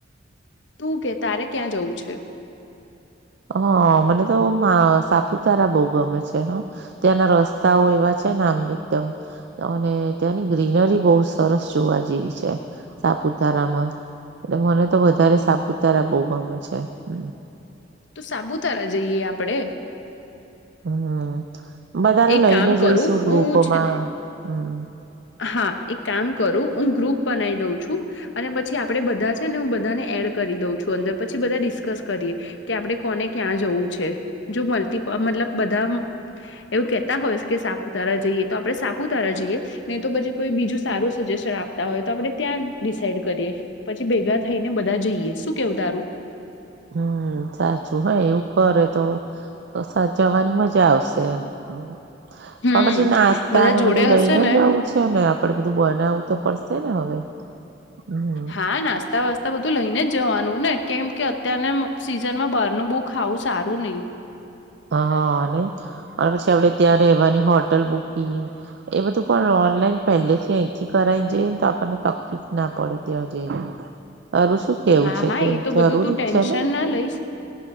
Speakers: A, on the left (about 65°); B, on the right (about 60°).
A: તું કે તારે ક્યાં જવું છે.
B: હ મને તો મા સાપુતારા બહુ ગમે છે હા. ત્યાંના રસ્તાઓ એવા છે ને આમ એકદમ અને ત્યાંની ગ્રીનરી બહુ સરસ જોવા જેવી છે સાપુતારામાં. એટલે મને તો વધારે સાપુતારા બહુ ગમે છે હ.
A: તો સાપુતારા જઈએ આપડે.
B: હમ્મ બધાને
A: એક
B: લઈને
A: કામ
B: જઈશુ
A: કરું
B: ગ્રુપમાં
A: હું છે
B: હમ્મ.
A: હા એક કામ કરું હું ગ્રુપ બનાઇ દઉં છું. અને પછી આપડે બધા છે ને હું બધાને એડ કરી દઉં છું અંદર પછી બધા ડિસ્કસ કરીએ. કે આપડે કોને, ક્યાં જવું છે? જો મલ્ટીપ મતલબ બધા આમ એવું કેહેતા હોયસ કે આપડે સાપુતારા જઈએ તો આપડે સાપુતારા જઈએ નહી તો પછી કોઈ બીજું સારું સજેશન આપતા હોય તો આપડે ત્યાં ડિસાઇડ કરીએ. પછી ભેગા થઈને બધા જઈએ. શું કેવું તારું?
B: હમ્મ સાચું હા એવું કરે તો તો સાથ જવાની મજા આવશે એમ હમ્મ.
A: હમ
B: હા પછી નાસ્તાને
A: બધા જોડે
B: બધું લઈને
A: હશે ને
B: જવું છ? છે ને આપડે બધું બનાવવું તો પડશે ને હવે? હમ
A: હા નાસ તા વાસ્તા બધું લઈને જ જાવાનું ને કેમ કે અત્યારના સીઝનમાં બહારનું બહુ ખાવું સારું નહી.
B: હા નહી અને પછી આપડે ત્યાં રહેવાની હોટલ બુકિંગ એ બધું પણ ઓનલાઈન પહેલેથી અહીંથી કરાઇન જઈએ ને તો આપણને તકલીફ ના પડે ત્યાં જઈને. તારૂં શું? કેવું
A: હા
B: છે
A: હા
B: કે
A: એ તો
B: જરૂરી
A: બધું તું ટેન્શન
B: જ છે ને
A: ના લઈશ